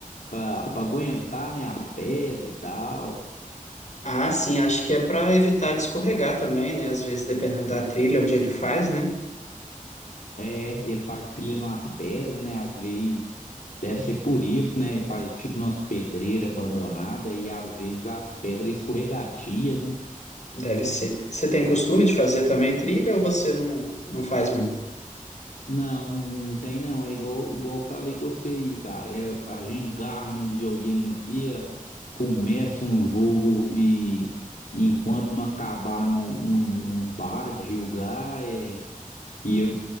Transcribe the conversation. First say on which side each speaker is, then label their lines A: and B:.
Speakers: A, on the left; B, on the left.
A: para aguentar, né, as pedras e tal.
B: Ah, sim, acho que é para evitar de escorregar também, né? Às vezes, dependendo da trilha onde ele faz, né?
A: É, ele faz trilha nas pedras, né? Às vezes deve ser por isso, né? Faz tipo umas pedreiras abandonadas e às vezes as pedras escorregadias, né?
B: Deve ser. Você tem costume de fazer também trilha ou você não, não faz muito?
A: Não, não tem não. É igual, igual eu falei com você aí, cara. É, a gente garra no videogame aqui, é, começa um jogo e, e enquanto não acabar, não, não, não para de jogar. É, e, eu-